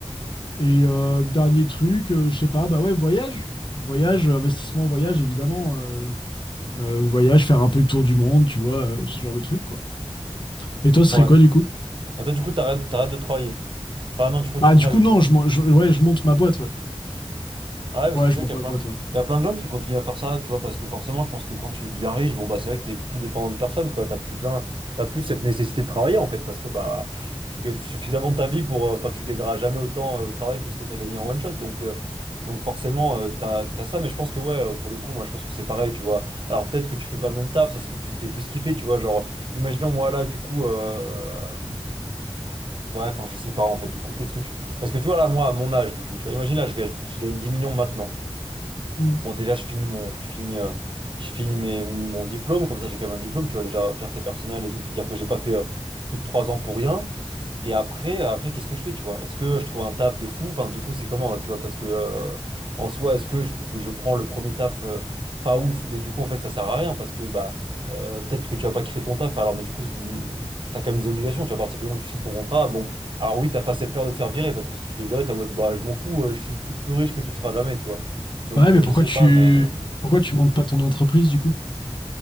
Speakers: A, on the left; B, on the right.
A: Et euh, dernier truc, euh, je sais pas, bah ouais, voyage. Voyage, euh, investissement, voyage, évidemment. euh, euh, voyage, faire un peu le tour du monde, tu vois, euh, ce genre de truc, quoi. Et toi, ce
B: ouais.
A: serait quoi, du coup?
B: Mais toi, du coup, t'arrêtes, t'arrêtes de travailler. Enfin non, tu continues
A: Ah,
B: de
A: du
B: travailler
A: coup,
B: justement.
A: non, je, mon- je- ouais, je monte ma boîte, ouais.
B: Ah ouais, parce
A: Ouais,
B: que c'est
A: je
B: vrai
A: monte
B: qu'il
A: ma
B: y a plein
A: boîte,
B: de...
A: ouais.
B: il y a plein de gens qui continuent à faire ça, tu vois, parce que forcément, je pense que quand tu deviens riche, bon, bah, c'est vrai que t'es plus dépendant de personne, quoi. T'as plus besoin, t'as plus cette nécessité de travailler, en fait, parce que, bah, tu gagnes suffisamment ta vie pour, euh, enfin, tu gagneras jamais autant euh, au travail que ce que t'as gagné en one shot. Donc, euh, donc forcément, euh, t'as, t'as ça, mais je pense que, ouais, euh, pour le coup, moi, je pense que c'est pareil, tu vois. Alors, peut-être que tu fais pas le même taf, ça se trouve, tu te fais plus kiffer, tu vois. Genre, imaginons, moi, là, du coup, euh, Ouais, enfin, je sais pas, en fait, du coup, qu'est-ce que tu. Parce que tu vois, là, moi, à mon âge, du coup, tu vois, imagine, là, je gagne, je gagne 10 millions maintenant.
A: Hmm.
B: Bon, déjà, je finis mon, je finis, euh, je finis mes, mon diplôme, comme ça j'ai quand même un diplôme, tu vois, déjà, fierté personnelle et tout, puis dire que j'ai pas fait euh, plus de trois ans pour rien. Et après, euh, après qu'est-ce que je fais, tu vois? Est-ce que je trouve un taf de fou? Enfin, du coup, c'est comment, tu vois? Parce que, euh, en soi, est-ce que je, je prends le premier taf euh, pas ouf, mais du coup, en fait, ça sert à rien, parce que, bah, euh, peut-être que tu vas pas kiffer ton taf, alors, mais du coup, hum, t'as quand même des obligations, tu vois, à partir du moment où tu signes ton contrat, bon, alors oui, t'as pas cette peur de te faire virer, parce que si tu te fais virer, t'es en mode, bah, je m'en fous, euh, je suis plus, plus riche que tu le seras jamais, tu vois. Donc,
A: Bah ouais, mais
B: euh,
A: pourquoi
B: je sais
A: tu,
B: pas, mais. euh,
A: pourquoi tu montes pas ton entreprise, du coup?